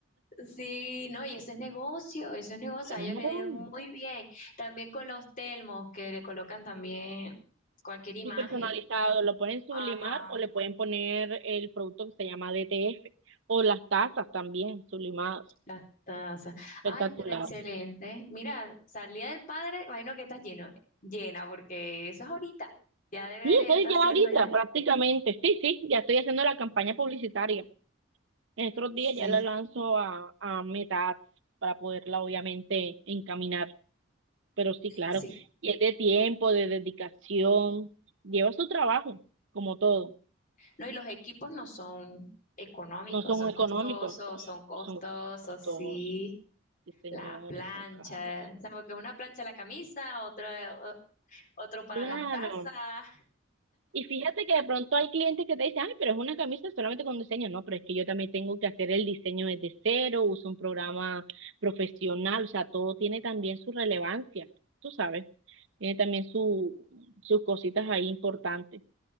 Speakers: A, on the left (about 40°); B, on the right (about 60°).
A: Sí, no, y eso es negocio, eso es negocio,
B: Claro.
A: a ellos le ha ido muy bien. También con los telmos que le colocan también cualquier imagen.
B: Y personalizado, lo pueden sublimar
A: Ajá,
B: o le pueden poner el producto que se llama DTF o las tazas también sublimadas.
A: las tazas.
B: Espectacular.
A: Ay, pero excelente. Mira, salida del padre, imagino que está lleno, llena, porque eso es ahorita. Ya debería
B: Sí, eso
A: estar
B: es ya
A: haciendo
B: ahorita
A: ya.
B: prácticamente. Sí, sí, ya estoy haciendo la campaña publicitaria. En estos días
A: Sí,
B: ya la lanzo a, a Meta Ads para poderla obviamente encaminar. Pero sí, claro,
A: sí.
B: y es de tiempo, de dedicación, lleva su trabajo, como todo.
A: No, y los equipos no son económicos,
B: No son
A: son
B: económicos,
A: costosos, son costosos,
B: son costosos.
A: sí.
B: Sí, señora,
A: La plancha,
B: son caros.
A: o sea, porque una plancha la camisa, otra, o- otro para
B: Claro.
A: las tazas.
B: Y fíjate que de pronto hay clientes que te dicen, ay, pero es una camisa solamente con diseño. No, pero es que yo también tengo que hacer el diseño desde cero, uso un programa profesional, o sea, todo tiene también su relevancia, tú sabes. Tiene también su, sus cositas ahí importantes.